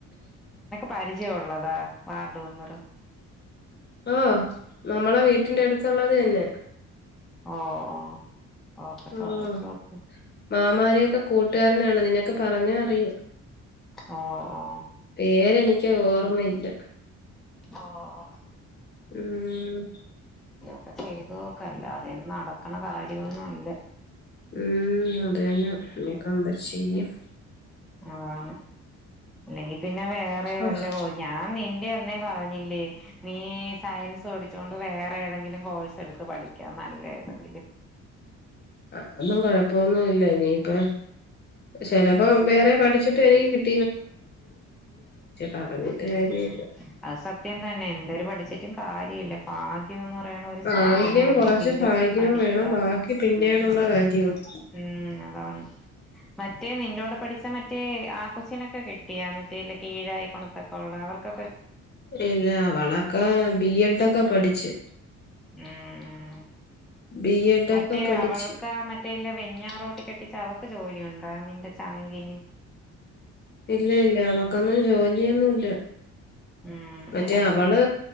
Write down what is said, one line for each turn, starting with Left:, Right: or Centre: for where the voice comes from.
Centre: പരിചയ ഒള്ളത് വാർഡ് മെമ്പറ്
Left: ഓഹ് നമ്മളെ വീട്ടിന്റെ അടുത്തൊള്ളത് തന്നെ
Centre: ഓഹ് ഓഹ് ഓഹ് പ്പ ചോയിച്ചോക്ക്
Left: ആഹ് മാമാരെയൊക്കെ കൂട്ടാരനാണ് നിനക്ക് പറഞ്ഞ അറിയും
Centre: ഓ ഓ
Left: പേരെനിക്ക് ഓർമ്മയില്ല
Centre: ഓ ഓ
Left: ഉം
Centre: അപ്പ ചെയ്ത്ഓക്കല്ലാതെ നടക്ക്ണ കാര്യൊന്നല്ല
Left: ഉം അത് തന്നെ ഇഞ്ക്കെന്ത ചെയ്യും
Centre: അതാണ് പിന്നെ വേറെ
Left: ഓഹ്
Centre: വല്ലോ <unintelligible> ഞാൻ നിന്റെ അന്നേ പറഞ്ഞ് ന്നില്ലേ നീ സയൻസ് പഠിച്ചോണ്ട് വേറെ ഏതെങ്കിലും കോഴ്സ് എടുത്ത് പഠിക്കാം നല്ല ഏതെങ്കിലും
Left: അഹ് ഒന്നും കൊഴപ്പൊന്നുല്ല ഇനിയിപ്പ ചെലപ്പം വേറെ പഠിച്ചിട്ട് എതെന്തിലും കിട്ട് പറഞ്ഞിട്ട്
Centre: ഉം
Left: കാര്യല്ല
Centre: അത് സത്യം തന്നെ എന്തരു പഠിച്ചിട്ടും കാര്യ ഇല്ല ഭാഗ്യംന്ന് പ റേണൊരുസാധനവാണ്
Left: ഭാഗ്യം കുറച്ച്
Centre: ഇതിന്റെ
Left: ഭാഗ്യവും
Centre: അടിസ്ഥാനം
Left: വേണം ബാക്കി പിന്നീടുള്ള കാര്യമാണ്
Centre: ഉം അതാണ് മറ്റേ നി പഠിച്ച മറ്റേ ആ കൊച്ചിനക്കി ട്ടി ആ മറ്റേല്ല കീഴായി കൊളത്തൊക്കെ ഉള്ള അവർക്ക
Left: ല്ല അവളൊക്ക ബി എഡും ക്ക പഠിച്ച്
Centre: ഉം ഉം
Left: ബി എഡ്
Centre: മറ്റേ
Left: ഒക്കെ പഠിച്ചു
Centre: അവൾക്കാ മറ്റേല്ല വെഞ്ഞാറോ ട്ടി കെട്ടിച്ച അവക്ക് ജോലിയുണ്ടാ നിന്റെ ചങ്കിന്
Left: ഇല്ല ഇല്ല അവക്കൊന്നും ജോലിയൊന്നുല്ല
Centre: ഉം
Left: മറ്റേ
Centre: ഉം
Left: അവള്